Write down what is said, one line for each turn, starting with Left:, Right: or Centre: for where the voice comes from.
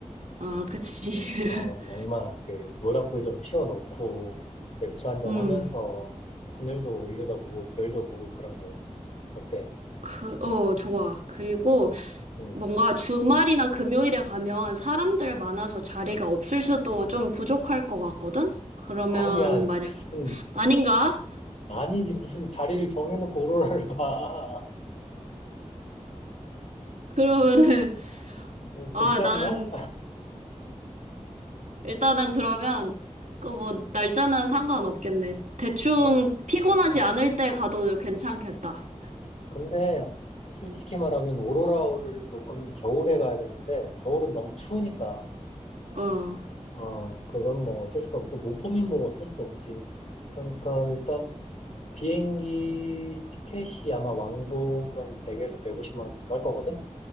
Right: 아, 그치.
Left: 어,
Right: <laughs>
Left: 어, 낭만 그 모닥불 좀 피워놓고 맥주 한 잔
Right: 음,
Left: 하면서 하늘도 올려다보고 별도 보고 그런 거 어때?
Right: 그, 어, 좋아. 그리고
Left: 음.
Right: 뭔가 주말이나 금요일에 가면 사람들 많아서 자리가 없을 수도 좀 부족할 것 같거든? 그러면
Left: 아야
Right: 만약,
Left: 무슨
Right: 아닌가?
Left: 아니지, 무슨 자리를 정해놓고 오로라를 봐.
Right: 그러면은, <laughs>
Left: 뭐,
Right: 아,
Left: 극장이야?
Right: 나는, 일단은 그러면, 그 뭐, 날짜는 상관없겠네. 대충
Left: 어,
Right: 피곤하지
Left: 어.
Right: 않을 때 가도 괜찮겠다.
Left: 근데, 솔직히 말하면 오로라를 볼 거면 겨울에 가야 되는데, 겨울은 너무 추우니까,
Right: 어,
Left: 어, 그건 뭐 어쩔 수 없고, 못 보면 뭐 어쩔 수 없지. 그러니까 일단, 비행기 티켓이 아마 왕복으로 한 100에서 150만 원 정도 할 거거든?